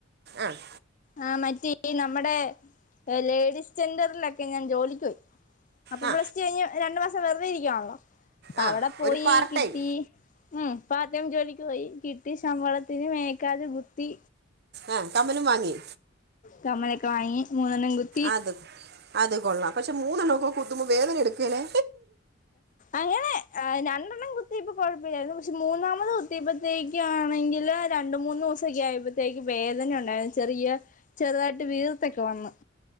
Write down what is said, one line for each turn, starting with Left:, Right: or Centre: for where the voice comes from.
Right: ആഹ്
Left: ആഹ് മറ്റേ ഈ നമ്മുടെ ലേഡീസ് സ്റ്റെൻഡറിലൊക്കെ ഞാൻ ജോലിക്ക് പോയി അപ്പം
Right: ആ
Left: പ്ലസ് ടു കഴിഞ്ഞ് രണ്ടു മാസം വെറുതെ ഇരിക്കുവാണല്ലോ അപ്പൊ
Right: ആ
Left: അവിടെ പോയി
Right: ഒരു പാർട്ട്
Left: കിട്ടി
Right: ടൈം
Left: ഉം പാർട്ട് ടൈം ജോലിക്ക് പോയി കിട്ടി ശമ്പളത്തിന് മേക്കാത് കുത്തി
Right: ആഹ് കമ്മലും വാങ്ങി
Left: കമ്മലൊക്കെ വാങ്ങി മൂന്നെണ്ണം കുത്
Right: അതു അത് കൊള്ളാം പക്ഷെ മൂന്നെണ്ണോക്കെ കുത്തുമ്പോ വേദന എടുക്കേലേ
Left: അങ്ങനെ രണ്ടെണ്ണം കുത്തിയപ്പം കൊഴപ്പല്ലായിരുന്നു പക്ഷെ മൂന്നാമത് കുത്തിയപ്പത്തേക്ക് ഒക്കെ ആണെങ്കില് രണ്ട് മൂന്നൂസൊക്കെ ആയ്പ്പത്തേക്ക് വേദന ഉണ്ടായിരുന്നു ചെറിയ ചെറുതായിട്ട് വീർത്തൊക്കെ വന്ന്